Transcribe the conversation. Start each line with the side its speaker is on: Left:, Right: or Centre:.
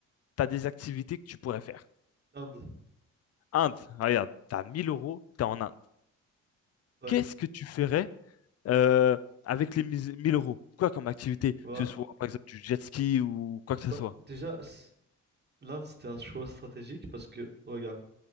Left: t'as des activités que tu pourrais faire.
Right: l'Inde.
Left: Inde, regarde, t'as 1000 euros, t'es en Inde.
Right: Ouais.
Left: Qu'est-ce que tu ferais euh, avec les mis- 1000 euros? Quoi comme activité? Que
Right: Bah,
Left: ce soit, par exemple, du jet ski ou quoi que ce
Right: bah,
Left: soit.
Right: déjà, c- l'Inde, c'était un choix stratégique parce que, regarde,